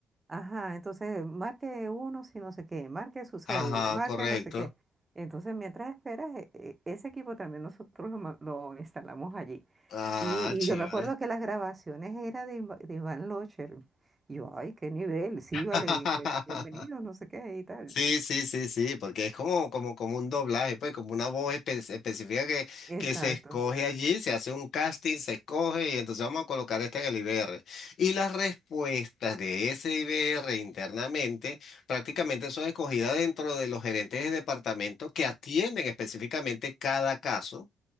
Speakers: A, on the right; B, on the left.
A: Ajá, entonces marque uno si no sé qué, marque su cédula,
B: Ajá,
A: marque
B: correcto.
A: no sé qué. Entonces, mientras esperas, e- e- ese equipo también nosotros lo, ma- lo instalamos allí.
B: Ah,
A: Y, y
B: chévere.
A: yo me acuerdo que las grabaciones eran de, Iva- de Iván Locher. Y yo, ay, qué nivel, sí,
B: <laughs>
A: vale, que bienvenido, no sé qué y tal.
B: Sí, sí, sí, sí, porque es como, como, como un doblaje, pues, como una voz espe- específica que,
A: Exacto.
B: que se escoge allí, se hace un casting, se escoge y entonces vamos a colocar esta en el IBR. Y las respuestas de ese IBR internamente prácticamente son escogidas dentro de los gerentes de departamento que atienden específicamente cada caso